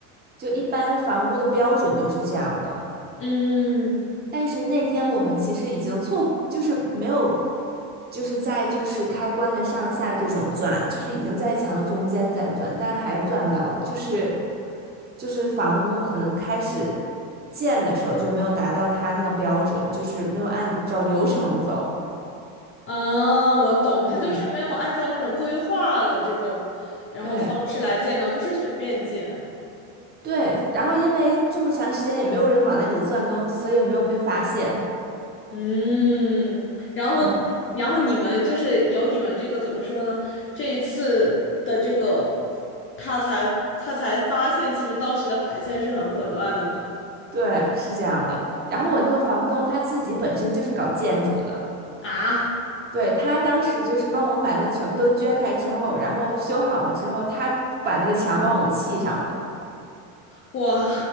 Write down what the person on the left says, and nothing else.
嗯
啊，我懂，他就是没有按照那种规划的这种然后方式来建造，
就是随便建。
嗯，然后，
然后你们就是有你们这个怎么说呢？这一次的这个，他才他才发现，其实当时的排线是很混乱的嘛。
啊，
哇，